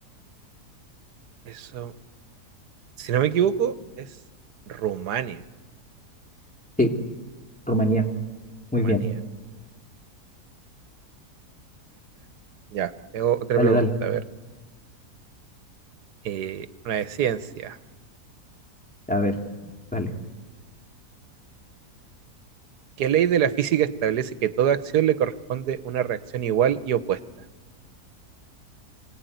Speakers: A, on the right; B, in the centre.
A: Eso, si no me equivoco, es Rumania.
B: Sí, Rumanía. Muy
A: Rumanía.
B: bien.
A: Ya, tengo otra
B: Dale,
A: pregunta.
B: dale.
A: A ver, eh, una de ciencia.
B: A ver, dale.
A: ¿Qué ley de la física establece que toda acción le corresponde una reacción igual y opuesta?